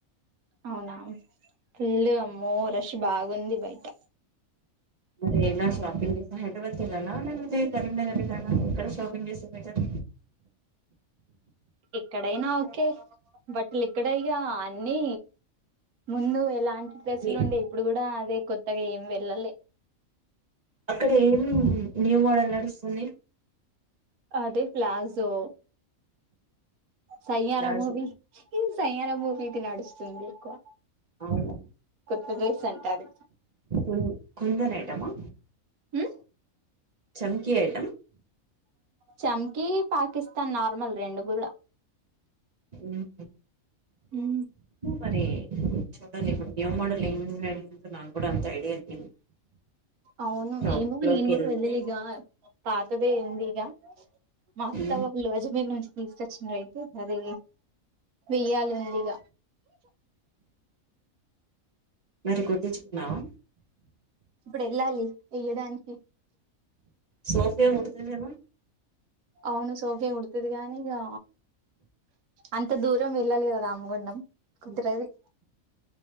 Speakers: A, on the right (about 85°); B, on the right (about 40°).
A: అవునా ఫుల్లు అమ్మో రష్ బాగుంది బయట
B: మరే ఎలా షపింగ్ చెసే హైదరాబాద్ ఏళ్లలలా లేకపోతే కరీంనగర్ ఏళ్లలలా ఏక్కడ షాపింగ్ చేస్తే బెటర్
A: ఎక్కడైనా ఓకే బట్లీ ఇక్కడే ఇగ అన్ని ముందు ఎలాంటి డ్రెస్సులు
B: మీ
A: ఉండే ఇప్పుడు కూడా అదే కొత్తగా ఏమి వెళ్ళలే
B: అక్కడ ఏం న్యూ మోడల్ నడుస్తుంది
A: అదే palazzo Saiyaara
B: palazzo
A: movie Saiyaara మూవీది నడుస్తుంది ఎక్కువ
B: అవును
A: కొత్త డ్రెస్ అంట అది
B: ఉ కుందన్ ఐటమా
A: హ్
B: చెమ్కీ ఐటెమ్
A: చెంకీ పాకిస్తాన్ నార్మల్ రెండు గుడా
B: హ్మ్
A: హు
B: మరి చూడాలి ఇప్పుడు న్యూ మోడల్ ఏం ఉన్నాయి కూడా అంత ఐడియా లేదు
A: అవును
B: షాప్
A: ఏమో
B: లోకి
A: నేను కూడా
B: వెళ్తే
A: వెళ్ళలే ఇగ పాతదే ఉంది ఇగ మా అత్త
B: ఉమ్,
A: వాళ్ళు అజమీర్ నుంచి తీసుకొచ్చిన వయితే అదే వెయ్యాలి ఉంది ఇగ
B: మరి కుట్టిచ్చుకున్నావా
A: ఇప్పుడేళ్ళాలి ఇయ్యడానికి
B: సోఫయా కుడుతది కదా
A: అవును సోఫియా కుడుతదిగానీ ఇగా అంత దూరం వెళ్ళాలి కదా రామగుండం కుద్రది